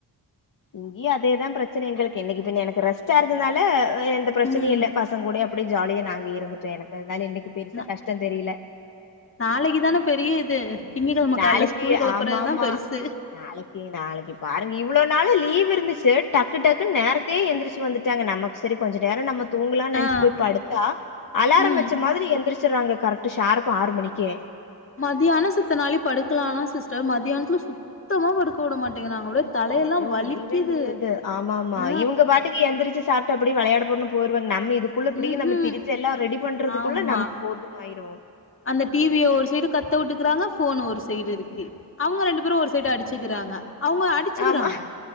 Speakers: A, on the left; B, on the left.
A: இங்கியு அதேதா பிரச்சன எங்களுக்கு என்னைக்கு பின்ன எனக்கு ரெஸ்ட் ஆ இருந்துனால எந்த பிரச்சனையு
B: ம்
A: இல்ல பசங் கூடயே அப்டியே ஜாலியா நாங்க இருந்துட்டே எனக்கு அதனால இன்னைக்கு பெருசா
B: நா
A: கஷ்ட தெரியில
B: நாளைக்கு தான பெரிய இது திங்ககெழம
A: நீ நாளைக்கு
B: கால்ல ஸ்கூல் கெலப்பறதா
A: ஆமா ஆமா
B: பெருசு
A: நாளைக்கு நாளைக்கு பாருங்க இவ்ளோ நாளு லீவ் இருந்துச்சி டக்கு டக்குன் நேரத்யே எந்திரச்சி வந்துட் டாங்க நமக்கு செரி கொஞ்ச நேரோ நம்ம தூங்கலான் நெனச்சி
B: ஆ
A: போய் படுத்தா அலாரம்
B: ம்
A: வச்ச மாதிரி எந் திரிச்சிறாங்க கரெக்ட்டு ஷார்ப்பா ஆறு மணிக்கே
B: மத்தியாணோ சித்த நாளே படுக்கலாலா சிஸ்டர் மதியானத்துல சுத்தமா படுக்க வுட மாட்டேங்கிறாங்க அப்டியே தலையெல்லா
A: ஐயோ
B: வலிக்குது
A: முடியவே முடியாது ஆமாமா
B: ஆ
A: இவுங்க பாட் டுக்கு எந்திரிச்சி சாப்ட்டு அப்டியே வெளையாட போனு போயிருவாங்க நம்ம இதுக் புள்ள இப்பிடி
B: ம் ஹூம்
A: நம்ம திரிஞ்ச எல்லா ரெடி பண்றதுக்குள்ள
B: ஆமா
A: நமக் போதுன் ஆயிரு
B: அந்த டிவிய ஒரு சைடு கத்த வுட்டுக்குறாங்க ஃபோன் ஒரு சைடு இருக்கு அவங்க ரெண்டு பேரு ஒரு சைடு அடிச்சுக்கிறாங்க அவங்க அடிச்சுக்கிறாங்க
A: ஆமா